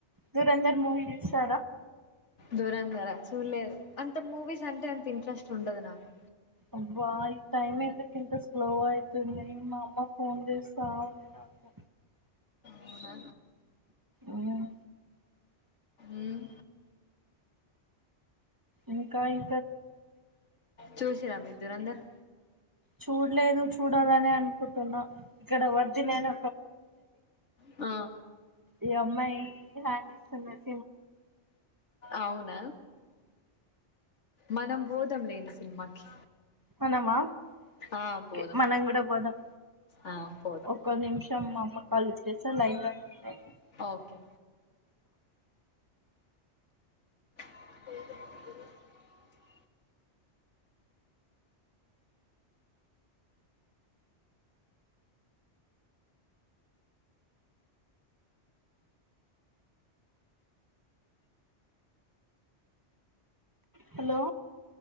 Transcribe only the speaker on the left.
దూరందర చూడలేదు అంత మూవీస్ అంటే అంత ఇంట్రెస్ట్ ఉండదు నాకు
అవున
ఉమ్
చూసిర మీరు దురంధర్
అ
అవున మనం పోదం లెండి సినిమాకి
ఆ,
పోదాం
ఆ, పోదాం
ఓకే అకు <unintelligible>